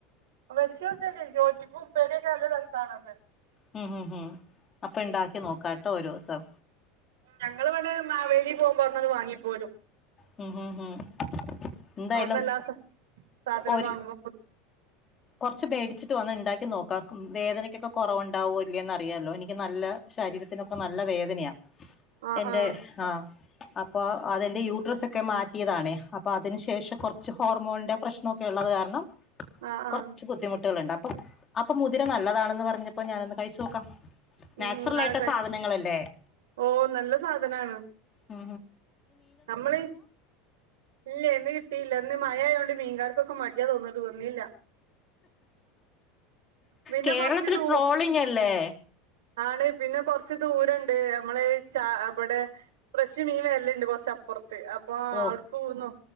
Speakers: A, on the right (about 85°); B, on the left (about 30°).
A: വെച് നോക്കാന്. <unintelligible> ഉപ്പേരിയോക്കെ നല്ല രസാണത്.
B: മ് ഹും ഹും. അപ്പൊ ഇണ്ടാക്കി നോക്കാട്ടോ ഒരു ദിവസം.
A: ഞങ്ങള് മറ്റേ മാവേലി പോകുമ്പോ അവിടുന്ന് അങ്ങ് വാങ്ങിപ്പോരും.
B: മ് ഹും ഹും എന്തായാലും
A: അവ്ട്ന്ന് എല്ലാ സാ സാധനം
B: ഒരു
A: <inaudible>
B: കൊറച്ച് മേടിച്ചിട്ട് വന്ന് ഉണ്ടാക്കി നോക്കാം. വേദനക്കൊക്കെ കുറവുണ്ടാവോ ഇല്ലേന്ന് അറിയാല്ലോ. എനിക്ക് നല്ല ശരീരത്തിനൊക്കെ നല്ല വേദനയാ.
A: ആഹ്
B: എന്റെ
A: ആഹ്
B: ആഹ അപ്പൊ അത് എന്റെ യൂട്രസ് ഒക്കെ മാറ്റിയതാണേ അപ്പൊ അതിന് ശേഷം കുറച്ച് ഹോർമോണിന്റെ പ്രശ്ന ഒക്കെ ഉള്ളത് കാരണം
A: ആഹ ആഹ
B: കുറച്ച് ബുദ്ധിമുട്ടുകളുണ്ട് അപ്പൊ അപ്പൊ മുതിര നല്ലതാണെന്ന് പറഞ്ഞപ്പോ ഞാനൊന്ന് കഴിച്ചു നോക്കാം
A: ഉം
B: നാച്ചുറൽ
A: അതൊക്കെ
B: ആയിട്ട് സാധനങ്ങല്ലേ
A: ഓ നല്ല സാധനാണ്
B: ഉ
A: നമ്മള് ഇല്ല ഇന്ന് കിട്ടിയില്ല ഇന്ന് മഴ ആയതോണ്ട് മീൻകാർക്കൊക്കെ മടിയ തോന്നിട്ട് തന്നില്ല പിന്നെ
B: കേരളത്തില്
A: കൊറച്ച് ദൂ
B: ട്രോളിങ് അല്ലേ
A: ആണ് പിന്നെ കൊറച്ച് ദൂരണ്ട് നമ്മളെ ഇവിടെ ഫ്രഷ് മീൻ വരല്ലുണ്ട് കൊറച്ചപ്പുറത്ത് അപ്പൊ
B: ഓ
A: അവിടക്ക് പോന്നോ